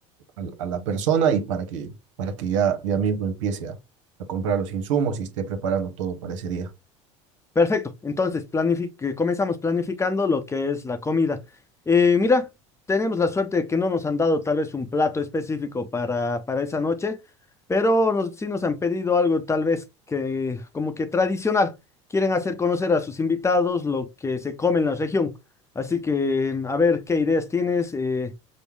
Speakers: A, on the right (about 80°); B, on the left (about 15°).
A: a- a la persona y para que, para que ya, ya mismo empiece a a comprar los insumos y esté preparando todo para ese día.
B: Perfecto, entonces planifi- que comenzamos planificando lo que es la comida. Eh, mira, tenemos la suerte de que no nos han dado tal vez un plato específico para, para esa noche, pero nos- sí nos han pedido algo tal vez que como que tradicional. Quieren hacer conocer a sus invitados lo que se come en la región. Así que a ver qué ideas tienes. eh,